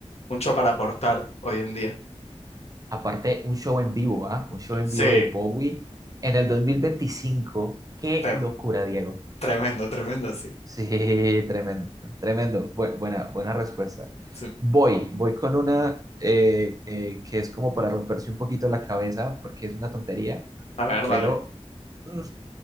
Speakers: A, on the left; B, on the right.
A: mucho para aportar hoy en día.
B: Aparte, un show en vivo, ¿ah? Un show en
A: Sí,
B: vivo de Bowie en el 2025. ¡Qué
A: re-
B: locura, Diego!
A: Tremendo, tremendo, sí.
B: Sí, <laughs> tremendo, tremendo. Bu- buena, buena respuesta.
A: Sí.
B: Voy, voy con una eh, eh, que es como para romperse un poquito la cabeza, porque es una tontería,
A: A ver,
B: pero
A: dale.
B: mm,